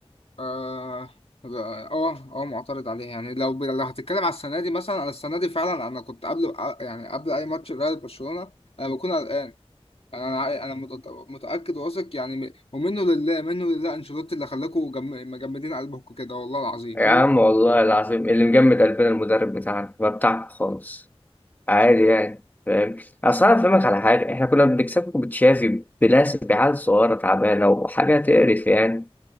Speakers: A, on the left (about 65°); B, on the left (about 15°).
A: اه اه اه آه، آه، معترض عليه يعني لو ب... لو هتتكلم على السنة دي مثلا انا السنة دي فعلا انا كنت قبل آه، يعني قبل اي ماتش ريال برشلونة انا بكون قلقان يعني انا عا- انا مت- متأكد واثق يعني م- ومنه لله منه لله انشيلوتي اللي خلاكوا جم... مجمدين قلبكم كده والله العظيم
B: يا عم والله العظيم اللي مجمد قلبنا المدرب بتاعنا ما بتاعك خالص عادي يعني فاهم اصل انا افهمك على حاجه احنا كنا بنكسبكم بتشافي بناس بعيال صغيره تعبانه وحاجه تقرف يعني